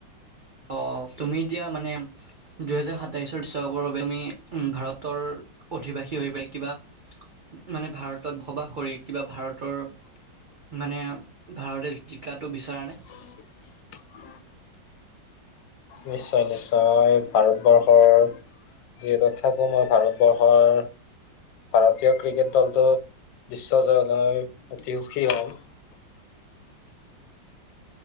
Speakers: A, on the right (about 85°); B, on the left (about 85°).
A: অ তুমি এতিয়া মানে দুহেজাৰ সাতাইছৰ বিশ্বকাপৰ বাবে আমি উম ভাৰতৰ অধিবাসী হৈ পাই কিবা মানে ভাৰতত বসবাস কৰি কিবা ভাৰতৰ মানে ভাৰতে জিকাটো বিচাৰা নে
B: <unintelligible> নিশ্চয় নিশ্চয় ভাৰতবৰ্ষৰ যিহেতো থাকোঁ মই ভাৰতবৰ্ষৰ ভাৰতীয় ক্ৰিকেট দলটো বিশ্ব জয় লয় অতি সুখী হম